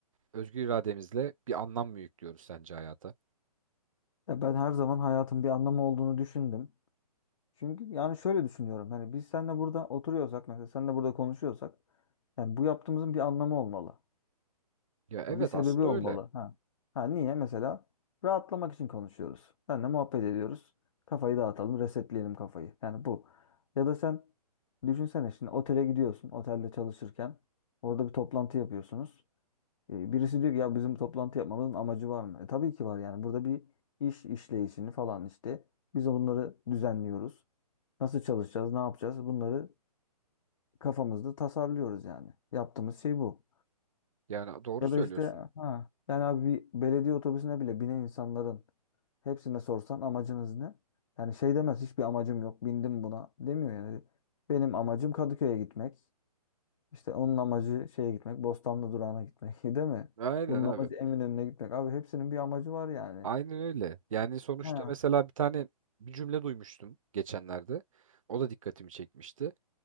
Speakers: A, on the right (about 55°); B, on the left (about 55°).
A: özgür irademizle bir anlam mı yüklüyoruz sence hayata?
B: Ya ben her zaman hayatın bir anlamı olduğunu düşündüm. Çünkü yani şöyle düşünüyorum. Hani biz seninle burada oturuyorsak mesela seninle burada konuşuyorsak yani bu yaptığımızın bir anlamı olmalı.
A: Ya evet
B: Yani bir sebebi
A: aslında
B: olmalı.
A: öyle.
B: Ha. Ha niye? Mesela rahatlamak için konuşuyoruz. Seninle muhabbet ediyoruz. Kafayı dağıtalım, resetleyelim kafayı. Yani bu. Ya da sen düşünsene şimdi otele gidiyorsun. Otelde çalışırken orada bir toplantı yapıyorsunuz. E, birisi diyor ki ya bizim toplantı yapmamızın amacı var mı? E, tabii ki var yani. Burada bir iş işleyişini falan işte. Biz bunları düzenliyoruz. Nasıl çalışacağız, ne yapacağız? Bunları kafamızda tasarlıyoruz yani. Yaptığımız şey bu.
A: Yani doğru
B: Ya
A: söylüyorsun.
B: da işte ha yani abi bir belediye otobüsüne bile binen insanların hepsine sorsan amacınız ne? Yani şey demez hiçbir amacım yok bindim buna demiyor yani. Benim amacım Kadıköy'e gitmek. İşte onun amacı şeye gitmek Bostanlı durağına gitmek <laughs> değil mi?
A: Aynen
B: Bunun
A: abi.
B: amacı Eminönü'ne gitmek. Abi hepsinin bir amacı var yani.
A: Aynen öyle. Yani sonuçta
B: Ha.
A: mesela bir tane bir cümle duymuştum geçenlerde. O da dikkatimi çekmişti.